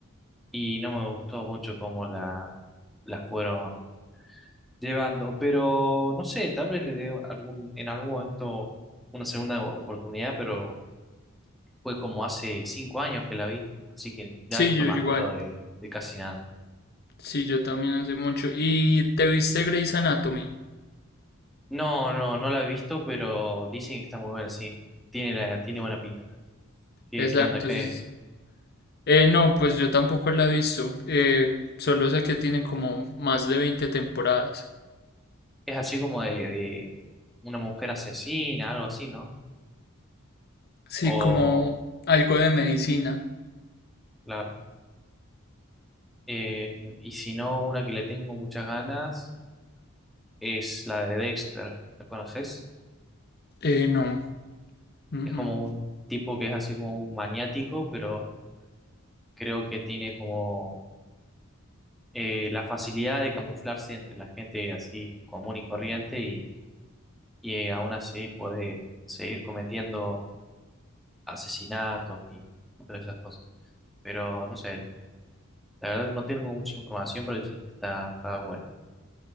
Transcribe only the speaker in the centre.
y no me gustó mucho cómo la las fueron llevando, pero no sé, tal vez le dé algún en algún momento una segunda oportunidad, pero fue como hace cinco años que la vi, así que
ya
no
me
acuerdo de de casi nada.
No, no, no la he visto, pero dicen que está muy buena, sí. Tiene la, tiene buena pinta. ¿Qué,
qué onda? ¿Qué,
es así como de, de una mujer asesina, algo así, ¿no?
O,
claro. Eh, y si no, una que le tengo muchas ganas es la de Dexter. ¿La conoces?
Es como
un tipo que es así como un maniático, pero creo que tiene como eh, la facilidad de camuflarse entre la gente así común y corriente y, y eh, aún así puede seguir cometiendo asesinatos y todas esas cosas. Pero no sé, la verdad que no tengo mucha información, pero dicen que está, está buena.